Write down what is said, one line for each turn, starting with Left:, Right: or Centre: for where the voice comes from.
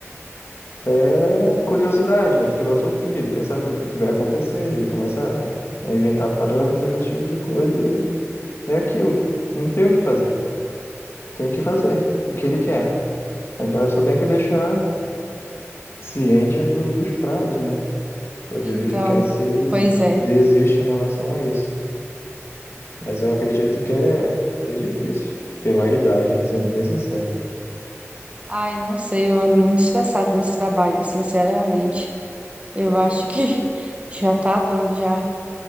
Left: é curiosidade, é filosofia. Ele quer saber o que que vai acontecer. Ele começa a inventar parâmetros, esse tipo de coisa. e É aquilo. Não tem o que fazer. Tem que fazer. O que ele quer. Agora só tem que deixar ciente do- dos prazos, né? Para
Right: Então,
Left: verificar se ele
Right: pois é.
Left: desiste em relação a isso. Mas eu acredito que é, que é difícil. Pela idade, sendo bem sincero.
Right: Ai, não sei, eu ando muito estressada nesse trabalho, sinceramente. Eu acho que <laughs> já tá dando já